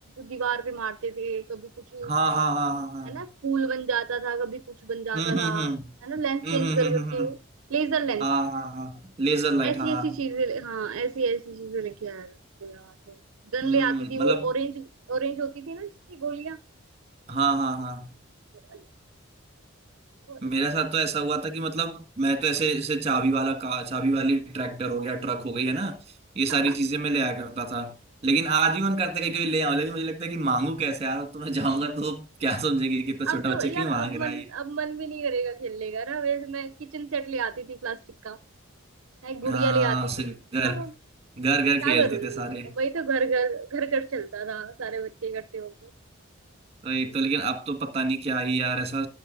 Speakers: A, on the right (about 75°); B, on the right (about 30°).
A: दीवार पे मारते थे कभी कुछ उसमें
B: हाँ हाँ हाँ हाँ हाँ
A: है ना फूल बन जाता था कभी कुछ बन
B: हम्म
A: जाता
B: हम्म
A: था
B: हम्म
A: है ना लेंस
B: हम्म
A: चेंज
B: हम्म
A: कर
B: हम्म
A: करके
B: हम्म, हम्म।
A: लेजर लेंस
B: हाँ हाँ हाँ हाँ। लेजर लाइट
A: ऐसी
B: हाँ हाँ
A: ऐसी चीजें हाँ ऐसी ऐसी चीजें लेके आया करती थी मैं वहां से गन
B: हम्म
A: ले आती थी
B: मतलब
A: वो ऑरेंज ऑरेंज होती थी ना जिसकी गोलियां
B: हाँ हाँ हाँ
A: वो वाली, बहुत
B: मेरे
A: अच्छी थी।
B: साथ तो ऐसा हुआ था कि मतलब मैं तो ऐसे ऐसे चाबी वाला कार चाबी वाली ट्रैक्टर हो गया ट्रक हो गई है ना ये
A: <laughs>
B: सारी चीजें मैं ले आया करता था लेकिन आज भी मन करता है कि कोई ले आऊं लेकिन मुझे लगता है कि मांगू कैसे यार तो मैं जाऊंगा तो क्या समझेंगे कि कितना छोटा
A: अब तो
B: बच्चा क्यों
A: यार
B: मांग
A: अब
B: रहा
A: मन
B: है ये
A: अब मन भी नहीं करेगा खेलने का ना वैसे मैं किचन सेट ले आती थी प्लास्टिक का मैं गुड़िया
B: हाँ
A: ले आती
B: उससे
A: थी
B: घर
A: सब
B: घर घर
A: क्या
B: खेलते
A: करूंगी
B: थे सारे
A: उनका? वही तो घर घर घर घर चलता था सारे बच्चे इकट्ठे होके
B: वही तो लेकिन अब तो पता नहीं क्या ही यार ऐसा